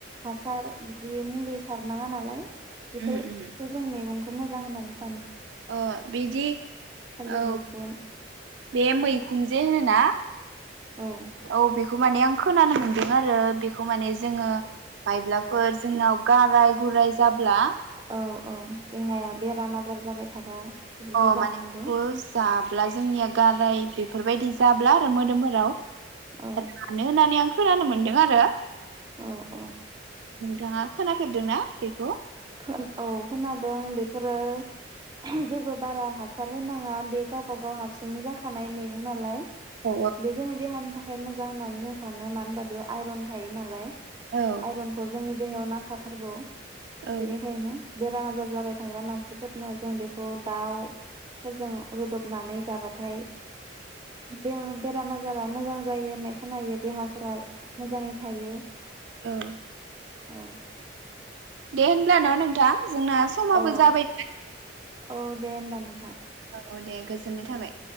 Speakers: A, on the right; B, on the right.
A: हासार बिदि मुलि सारनाङा नालाय बेफोरखौ
B: उम उम
A: जों मैगं खौ मोजां होननानै सान
B: अ बिदि
A: थालिर
B: औ
A: मैखुन
B: बे मैखुनजे होनोना
A: औ
B: औ बेखौ माने आं खोनानो मोनदों आरो बिखौ माने जोङो मायब्लाफोर जोंनाव गाराय गुराय जाब्ला
A: औ औ देहाया बेराम आजार जाबाय थाबा बेफोरखौ
B: अ
A: जानांगौ
B: माने बेखौ जाब्ला जोंनिया गाराय बे फोरबायदि जाब्ला आरो मोदोमफोराव
A: औ
B: रानो होननानै आं खोनानो मोन्दों आरो।
A: औ औ।
B: थाङा खोनाफेरदों ना बेखौ?
A: खोन औ खोनादों बेफोरो <unintelligible> जेबो बारा हासार होनाङा बे गावबा गाव हारसिंनो जाखानाय मेगं नालाय
B: औ
A: बे जोंनि देहानि था खाय मोजां होननानै जों सानो मानो होनबा बेयाव आइरन थायो नालाय।
B: औ
A: आइरनखौ जोंनि देहायाव नांखाथारगौ।
B: औ
A: बेनिखायनो बे राम आजार जाबाय थाग्रा मानसिफोरनो जों बेखौ दाउफोरजों रुदबनानै जाबाथाय <unintelligible> बेराम आजारा मोजां जायो होननाय खोनायो देहाफोरा मोजाङै थायो।
B: औ।
A: औ
B: दे होनब्ला न' नोंथां। जोंना समाबो
A: औ
B: जाबायमोन।
A: औ दे होमबा नोंथां।
B: औ दे गोजोननाय थाबाय।
A: दे